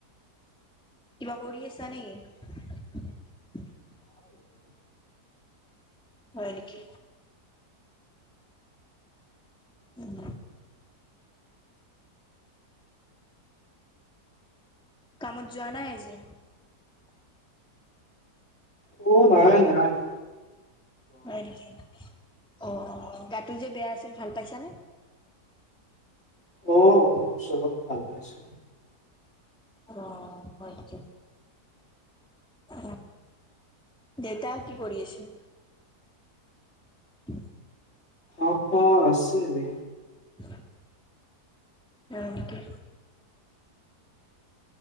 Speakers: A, in the centre; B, on the left.
A: কিবা কৰি আছা নেকি হয় নেকি উম কামতজ নাইাইজি
B: অ নহয় নহয়
A: হয় নেকি অ গাটো যে বেয়া আছিল ভাল পাইছানে
B: অ অলপ চলপ ভাল পাইছো
A: আহ হয়কো অ দেউতা কি কৰি আছিল উ
B: অ আছেৰে
A: উ অকে